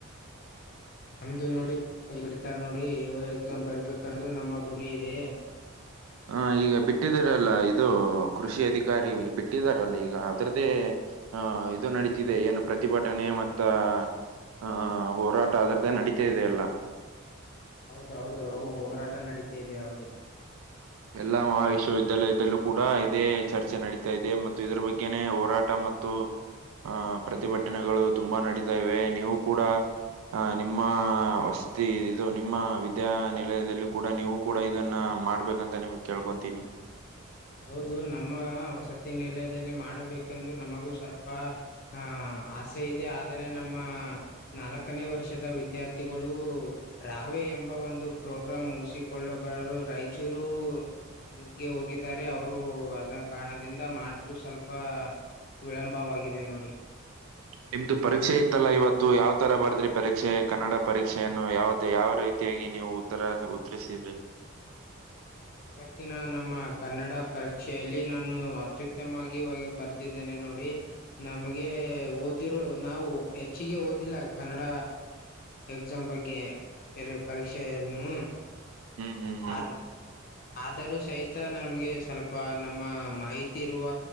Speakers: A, on the left; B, on the right.
A: ನಮ್ದು ನೋಡಿ ಬಿಡ್ತಾರ ನೋಡಿ ಇ ಎಕ್ಸಾಮ್ ಬರ್ಬೇಕ <unintelligible> ನ್ನೋದು ನಮ್ಮ ಗುರಿ ಇದೆ.
B: ಹ ಈಗ ಬಿಟ್ಟಿದಾರಲ್ಲ ಇದು ಕೃಷಿ ಅಧಿಕಾರಿ ಬಿಟ್ಟಿದಾರಲ್ಲ ಈಗ ಅದ್ರದ್ದೇ ಹ ಇದು ನಡೀತಿದೆ ಏನು ಪ್ರತಿಭಟನೆ ಮತ್ತ ಹಾ ಹೋರಾಟ ಅದ್ರದ್ದೆ ನಡೀತ ಇದೆ ಎಲ್ಲಾ
A: ಹೌದ ಹೌದು ಹ ಹೋರಾಟ ನಡೀತಿದೆ ಹೌದು
B: ಎಲ್ಲಾ ಮಹಾವಿಶ್ವವಿದ್ಯಾಲಯದಲ್ಲೂ ಕೂಡ ಇದೇ ಚರ್ಚೆ ನಡೀತಾ ಇದೆ. ಮತ್ತು ಇದರ ಬಗ್ಗೆನೆ ಹೋರಾಟ ಮತ್ತು ಹ ಪ್ರತಿಭಟನೆಗಳು ತುಂಬಾ ನಡೀತಾ ಇವೆ. ನೀವು ಕೂಡ ಅ ನಿಮ್ಮಸ್ ಇದು ನಿಮ್ಮ ವಿದ್ಯಾನಿಲಯದಲ್ಲಿ ಕೂಡ ನೀವು ಕೂಡ ಇದನ್ನ ಮಾಡ್ಬೇಕ್. ಅಂತ ನಿಮ್ ಕೇಳ್ಕೊಂತೀನಿ
A: ಹೌದು ನಮ್ಮ ವಸತಿ ನಿಲಯದಲ್ಲಿ ಮಾಡಬೇಕೆಂದು ನಮಗೂ ಸ್ವಲ್ಪ ಆ ಆಸೆ ಇದೆ ಆದರೆ ನಮ್ಮ ನಾಲ್ಕನೇ ವರ್ಷದ ವಿದ್ಯಾರ್ಥಿಗಳು ರಾವೆ ಎಂಬ ಒಂದು ಪ್ರೋಗ್ರಾಮ್ ಮುಗಿಸಿಕೊಳ್ಳು ಬರರು ರಾಯಚೂರು ನುಗ್ಗೆ ಹೋಗಿ ಅವರು ಅದ ಕಾರಣದಿಂದ ಮಾಡಲು ಸ್ವಲ್ಪ ವಿಳಂಬವಾಗಿದೆ ನೋಡಿ.
B: ನಿಮ್ದು ಪರೀಕ್ಷೆ ಇತ್ತಲ್ಲ ಇವತ್ತು ಯಾವ್ ತರ ಬರ್ದ್ರಿ ಪರೀಕ್ಷೆ ಕನ್ನಡ ಪರೀಕ್ಷೆಯ ಏನ್ನು ಯಾವ್ ಮತ್ತೆ ಯಾವ ರೀತಿಯಾಗಿ ನೀವು ಉತ್ತರ ಉತ್ತರಿಸಿದ್ರಿ
A: ಇವತ್ತಿನ ನಮ್ಮ ಕನ್ನಡ ಪರೀಕ್ಷೆಯಲ್ಲಿ ನಾನು ಅತ್ಯುತ್ತಮವಾಗಿ ಬರ್ದಿದ್ದೇನೆ ನೋಡಿ ನಮಗೆ ಓದಿರು ನಾವು ಹೆಚ್ಚಿಗೆ ಓದಿಲ್ಲ ಕನ್ನಡ ಎಕ್ಸಾಮ್ ಬಗ್ಗೆ ಬೇರೆ ಪರೀಕ್ಷೆ ಯನ್ನು
B: ಹ್ಮ್ ಹ್ಮ್
A: <unintelligible>
B: ಹ್ಮ್
A: ಆದರೂ ಸಹಿತ ನಮ್ಗೆ ಸ್ವಲ್ಪ ನಮ್ಮ ಮಾಹಿತಿ ಇರುವ